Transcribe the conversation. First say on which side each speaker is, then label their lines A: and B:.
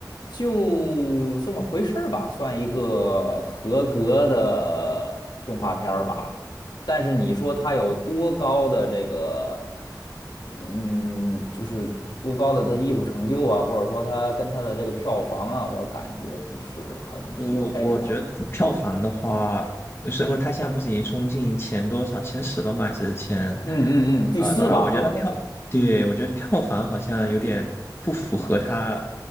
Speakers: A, on the left; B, on the left.
A: 就这么回事儿吧，算一个合格的动画片儿吧。但是你说他有多高的这个，嗯，就是多高的他艺术成就啊，或者说他跟他的这个票房啊，我感觉不是很匹配吧。
B: 呃，我觉得票房的话，是因为它现在不是已经冲进前多少前十了吗？还是前
A: 嗯嗯嗯，第四吧，
B: 呃多少？我觉得票，
A: 好像得。
B: 对，我觉得票房好像有点不符合它